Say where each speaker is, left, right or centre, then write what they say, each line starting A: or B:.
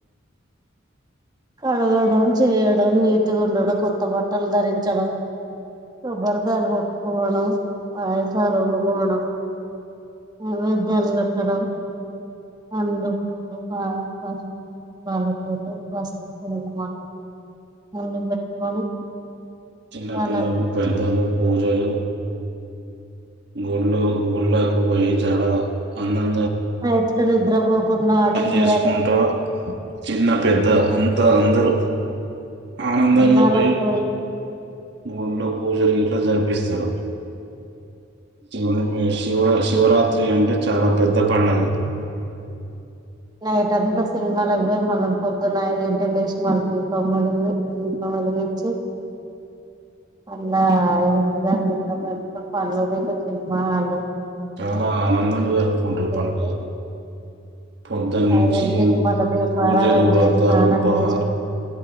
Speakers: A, on the right (about 20°); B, on the right (about 60°).
A: కడగడం చేయడం నీటిగా ఉండడం కొత్త బట్టలు ధరించడం కొబ్బరికాయలు కొట్టుకోవడం ఆయకాయలు వండుకోవడం న్తెవేద్యాలు పెట్టడం పండ్లు పూలు ప పసుపు పాలతోటి పస్ అన్న వొళ్ళో పెట్టుకొని
B: చిన్న
A: వాళ్ళకి
B: పిల్లలు పెద్దాలు పూజలు గుళ్ళు గుళ్ళకి పోయి చాల అన్నం
A: ఎట్లా నిద్రపోకుండా ఆట కేల
B: చేసుకుంటా
A: ఎల్లెది
B: చిన్న పెద్ద అంతా అందరూ ఆనందంగా
A: సినిమాలకు
B: పోయిం
A: పోయి
B: గుళ్ళో పూజలు గిట్ల జరిపిస్తారు ఎవరొ ఫొన్ చెసింది శివా శివరాత్రి అంటే చాలా పెద్ద పండగ
A: నైట్ అంతా సినిమాలకి పోయి మళ్ళీ పొద్దున్న ఐదు ఇంటికి లేసి మళ్ళీ దీపం వెలియి దీపం వెలిగించి మల్ల ఐదు నిద్ర పడుకొని పనులు కి సినిమా హాల్
B: చాలా ఆనందంగా జరుపుకుంటారు
A: తిరిగి
B: పడుగలు పొద్దున్న నుంచి
A: ఐదింటికి మళ్ళ దీపారాధన
B: పూజలు వ్రతాలు
A: చేసి స్నానం
B: ఉపహారం
A: చేసి